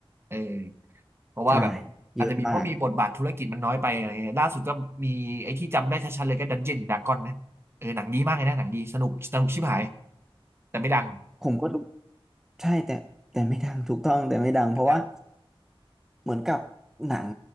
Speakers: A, on the right; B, in the centre.
A: เออ เพราะว่าแบบอาจจะมีเพราะมีบทบาทธุรกิจมันน้อยไปอะไรเงี้ยล่าสุดก็มีไอ้ที่จำได้ชัดๆเลยก็ดันเจียนดากอนนะเออหนังดีมากเลยนะหนังดีสนุกสนุกชิบหาย
B: ใช่เยอะมาก
A: แต่ไม่ดัง
B: ผมก็ดูใช่แต่แต่ไม่ดังถูกต้องแต่ไม่ดังเพราะว่า
A: นะ
B: เหมือนกับหนัง